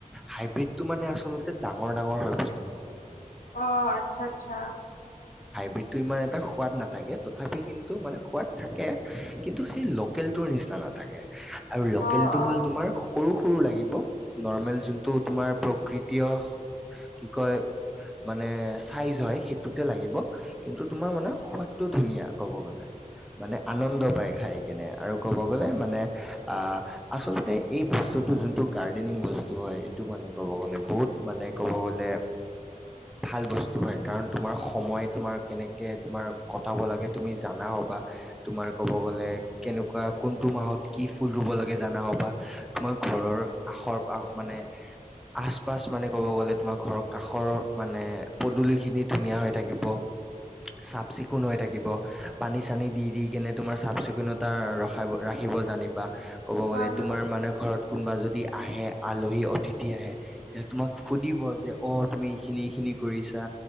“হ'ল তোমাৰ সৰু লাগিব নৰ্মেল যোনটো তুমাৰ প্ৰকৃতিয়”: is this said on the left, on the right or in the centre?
Centre